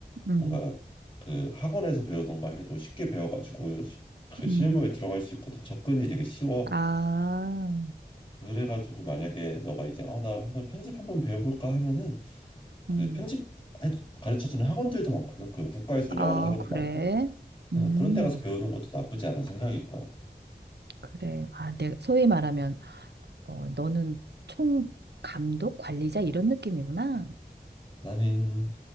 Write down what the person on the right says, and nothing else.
음,
음.
아,
음.
아,
그래?
음.
그래. 아, 내, 소위 말하면, 어, 너는 총 감독, 관리자 이런 느낌이구나.